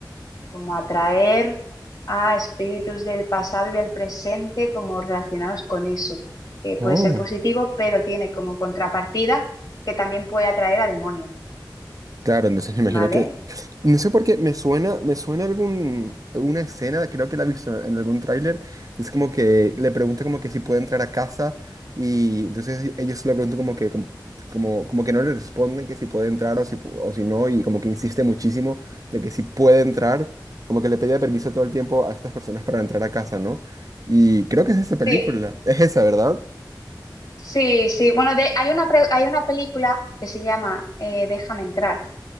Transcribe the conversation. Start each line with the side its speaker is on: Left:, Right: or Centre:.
Left: como atraer a espíritus del pasado y del presente como relacionados con eso, que
Right: Oh.
Left: puede ser positivo, pero tiene como contrapartida que también puede atraer a demonios,
Right: Claro, entonces me imagino
Left: ¿vale?
Right: que, no sé por qué, me suena, me suena algún, alguna escena, creo que la he visto en algún tráiler, es como que le pregunta como que si puede entrar a casa y entonces ellos le preguntan como que, como, como, como que no le responden que si puede entrar o si, pu- o si no y como que insiste muchísimo de que si puede entrar, como que le pedía permiso todo el tiempo a estas personas para entrar a casa, ¿no? Y creo que es esa película,
Left: Sí,
Right: es esa, ¿verdad?
Left: sí, sí. Bueno, de- hay una, pre- hay una película que se llama eh, Déjame entrar,